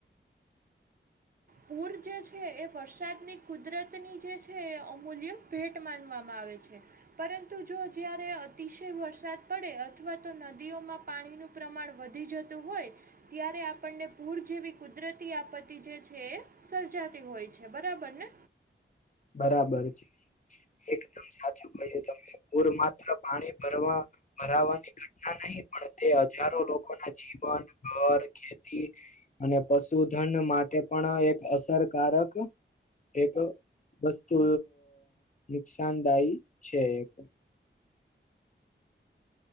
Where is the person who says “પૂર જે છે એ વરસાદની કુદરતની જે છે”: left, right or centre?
Right